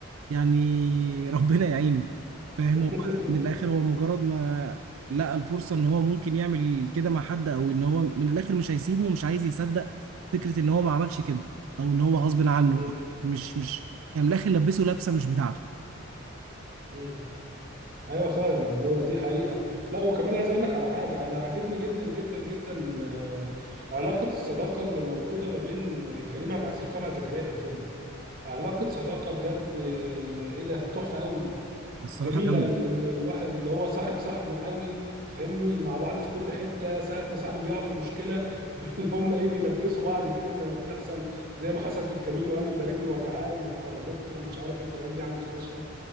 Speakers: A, on the right; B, on the right.
A: يعني <laughs> ربنا يعينه فاهم
B: <laughs>
A: هو من الاخر هو مجرد ما لقى الفرصه ان هو ممكن يعمل كده مع حد او ان هو من الاخر مش هيسيبه ومش عايز يصدق فكره ان هو ما عملش كده او ان هو غصب عنه
B: مم.
A: أو مش مش يعني من الاخر لبسه لبسه مش بتاعته
B: مم. ايوه فعلا هو دي حقيقه لا وكمان عايز اقول لك على حاجه انا عاجبني جدا جدا جدا آه، علاقه الصداقه اللي موجوده ما بين آه، كريم عبد العزيز وطلعت زكريا في الفيلم علاقه صداقه بجد آه، ايه ده تحفه قوي
A: الصراحه
B: جميلة
A: جامده
B: ال- ال- الواحد اللي هو صاحب صاحبه قوي فاهمني مع بعض في كل حتة ساعة ما صاحبه بيقع في مشكلة <laughs> بي- اللي هم ايه بيلبسوا بعض كده زي ما بنحصل زي ما حصل في الكمين وقال له ده رجله وجعاه وخبطته ومش عارف ايه وطالعين بيه على المستشفى